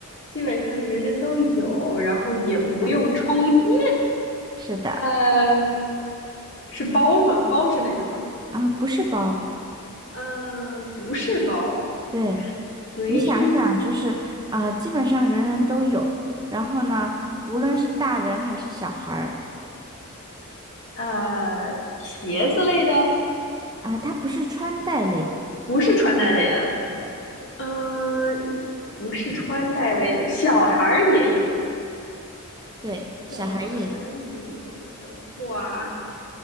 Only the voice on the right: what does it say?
是的，是的
啊，不是包。
对，
你想想，就是啊，基本上人人都有。然后呢，无论是大人还是小孩儿
啊，它不是穿戴类的。
是的，
对，小孩儿也有。